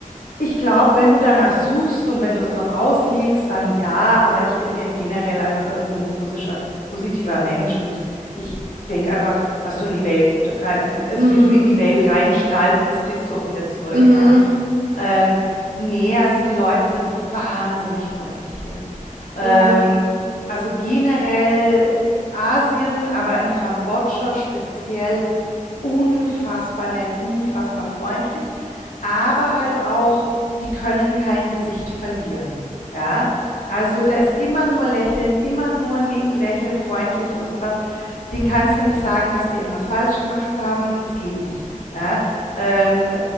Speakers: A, on the left; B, on the right.
A: Ich glaube, wenn du danach suchst und wenn du es drauf auslegst, dann ja, aber ich bin ge- generell einfach irgendwo ein posischer, positiver Mensch und ich, ich denke einfach, was du in die Welt rein, also
B: Mhm.
A: wie du in die Welt reinstrahlst, das kriegst du auch wieder zurück,
B: Mhm.
A: ja. Ähm, nee, also die Leute sind wahnsinnig freundlich hier. Ähm,
B: Ja.
A: also generell Asien, aber in Kambodscha speziell unfassbar nett, unfassbar freundlich, aber halt auch, die können kein Gesicht verlieren. Ja, also da ist immer nur Lächeln, immer nur Nicken, Lächeln, freundlich und sowas. Den kannst du nicht sagen, dass die irgendwas falsch gemacht haben. Das geht nicht. Ja? Ähm,